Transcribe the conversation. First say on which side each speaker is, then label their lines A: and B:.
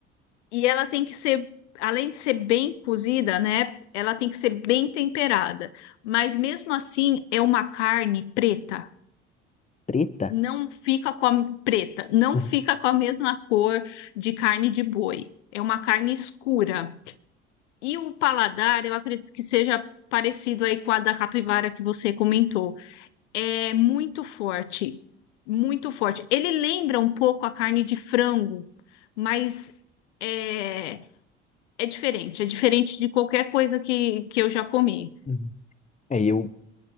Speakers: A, on the left (about 75°); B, on the left (about 20°).
A: E ela tem que ser, além de ser bem cozida, né? Ela tem que ser bem temperada. Mas mesmo assim, é uma carne preta.
B: Preta?
A: Não fica com a preta, não
B: <laughs>
A: fica com a mesma cor de carne de boi. É uma carne escura. E o paladar, eu acredito que seja parecido aí com a da capivara que você comentou. É muito forte, muito forte. Ele lembra um pouco a carne de frango, mas é, é diferente, é diferente de qualquer coisa que, que eu já comi.
B: Uhum. É, e eu,